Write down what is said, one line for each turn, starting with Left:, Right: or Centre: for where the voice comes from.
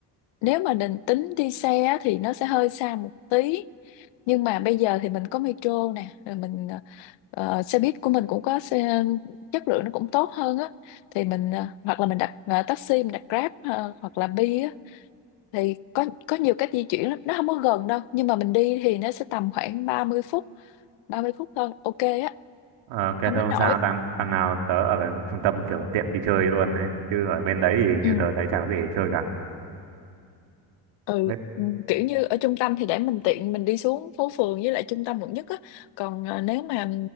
Left: nếu mà định tính đi xe á, thì nó sẽ hơi xa một tí nhưng mà bây giờ thì mình có metro nè rồi mình ờ, xe buýt của mình cũng có xe chất lượng nó cũng tốt hơn á thì mình ờ, hoặc là mình đặt ờ, taxi mình đặt Grab ờ, hoặc là Bi á thì có có nhiều cách di chuyển lắm nó không có gần đâu nhưng mà mình đi thì nó sẽ tầm khoảng ba mươi phút ba mươi phút thôi ok á
Right: ờ cái
Left: không
Right: thôi
Left: đến
Right: không
Left: nỗi
Right: sao đằng đằng nào tớ ở gần trung tâm kiểu tiện đi chơi luôn ấy chứ ở bên đấy thì như
Left: ừ
Right: tớ thấy chả có gì để chơi cả
Left: ừ
Right: với
Left: ừ, kiểu như ở trung tâm thì để mình tiện mình đi xuống phố phường với lại trung tâm quận nhất á còn ờ, nếu mà